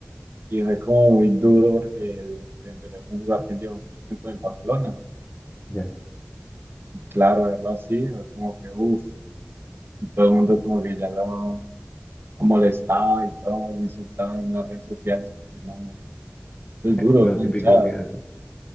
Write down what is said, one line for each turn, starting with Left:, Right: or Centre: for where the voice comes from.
Right: Y fue como muy duro porque Dembélé es un jugador que llevó mucho tiempo en Barcelona. ¿no?
Left: Ya.
Right: Claro, verlo así, fue como que uff. Y Todo el mundo como que ya lo molestaba y todo, lo insultaba en las redes sociales. Y, mano, es duro,
Left: Lo
Right: es una
Left: típico
Right: hinchada.
Left: que hacen.